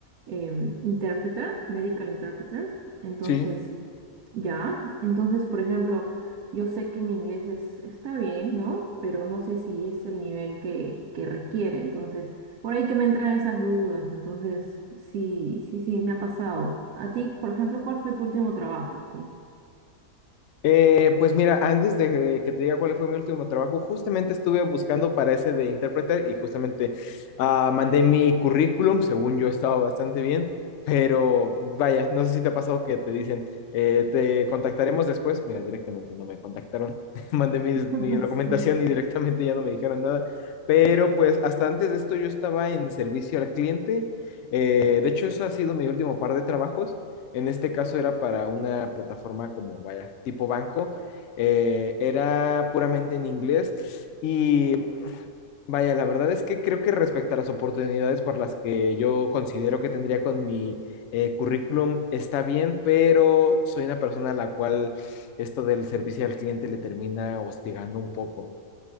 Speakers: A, on the right (about 80°); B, on the left (about 65°).
A: em, interpreter, medical interpreter. Entonces,
B: Sí.
A: ya, entonces, por ejemplo, yo sé que mi inglés es, está bien, ¿no? Pero no sé si es el nivel que, que requiere. Entonces, por ahí que me entran esas dudas. Entonces, sí, sí, sí, me ha pasado. A ti, por ejemplo, ¿cuál fue tu último trabajo? Sí.
B: Eh, pues mira, antes de que te diga cuál fue mi último trabajo, justamente estuve buscando para ese de intérprete y justamente ah, mandé mi currículum, según yo estaba bastante bien, pero vaya, no sé si te ha pasado que te dicen, eh, te contactaremos después. Mira, directamente no me contactaron, <laughs> mandé mis-
A: <laughs>
B: mi documentación
A: Sí.
B: y directamente ya no me dijeron nada, pero pues hasta antes de esto yo estaba en servicio al cliente. Eh, de hecho, eso ha sido mi último par de trabajos. En este caso era para una plataforma como, vaya, tipo banco. Eh, era puramente en inglés y vaya, la verdad es que creo que respecto a las oportunidades por las que yo considero que tendría con mi eh, currículum está bien, pero soy una persona a la cual esto del servicio al cliente le termina hostigando un poco.